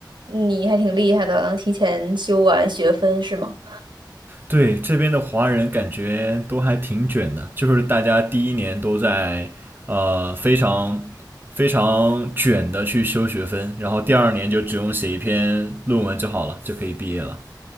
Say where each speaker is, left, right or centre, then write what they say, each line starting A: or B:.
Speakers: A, on the right; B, on the right.
A: 你还挺厉害的，能提前修完学分是吗？
B: 对，这边的华人感觉都还挺卷的，就是大家第一年都在呃非常非常卷的去修学分，然后第二年就只用写一篇论文就好了，就可以毕业了。